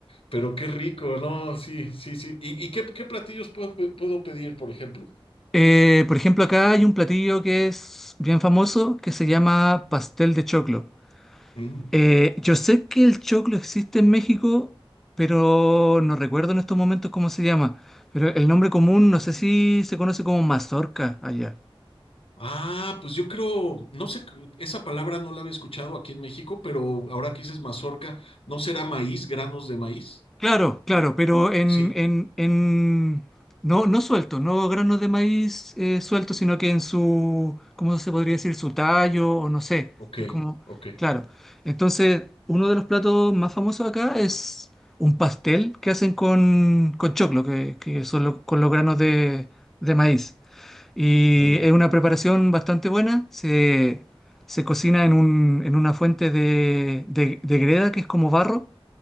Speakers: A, on the left; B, in the centre.
A: Pero qué rico, ¿no? Sí, sí, sí. ¿Y, y qué, qué platillos puedo, puedo pedir, por ejemplo?
B: Eh, por ejemplo, acá hay un platillo que es bien famoso que se llama pastel de choclo.
A: Mm.
B: Eh, yo sé que el choclo existe en México, pero no recuerdo en estos momentos cómo se llama. Pero el nombre común, no sé si se conoce como mazorca allá.
A: Ah, pues yo creo, no sé, esa palabra no la había escuchado aquí en México, pero ahora que dices mazorca, ¿no será maíz, granos de maíz?
B: Claro, claro, pero en,
A: Sí,
B: en, en- no, no suelto, no granos de maíz eh, suelto, sino que en su, ¿cómo se podría decir? Su tallo, o no sé.
A: ok,
B: Es como,
A: ok,
B: claro. Entonces, uno de los platos más famosos acá es un pastel que hacen con, con choclo, que, que son lo- con los granos de, de maíz. Y
A: muy bien.
B: es una preparación bastante buena. Se, se cocina en un, en una fuente de, de de greda, que es como barro